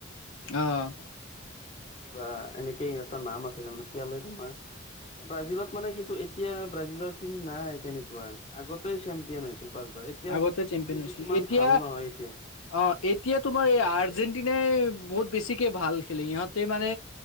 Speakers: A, on the left; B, on the left.
A: অ'
B: কিবা এনেকেই এটা নাম আছে, তাৰমানে পিয়ালে তোমাৰ। ব্ৰাজিলত মানে কিন্তু এতিয়া ব্ৰাজিলৰ টিম নাই, তেনেকুৱা আগতে চেম্পিয়ন হৈছিল। পাঁচবাৰ এতিয়া
A: আগতে চেম্পিয়ন
B: কিন্তু
A: হৈছিলে।
B: সিমান
A: এতিয়া
B: ভাল নহয় এতিয়া
A: অ' এতিয়া তোমাৰ এই আৰ্জেণ্টিনাই বহুত বেছিকে ভাল খেলে, ইহঁতে মানে